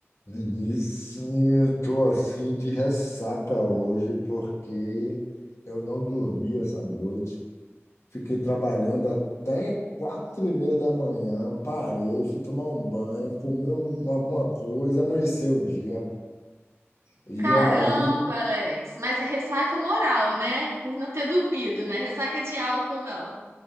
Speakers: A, on the left (about 85°); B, on the right (about 85°).
A: Vinícius, eu tô assim de ressaca hoje porque eu não dormi essa noite. Fiquei trabalhando até quatro e meia da manhã, parei, fui tomar um banho, comi um- alguma coisa, amanheceu o dia. E
B: Caramba,
A: aí
B: Alex. Mas é ressaca moral, né? Por não ter dormido, né? Ressaca de álcool, não.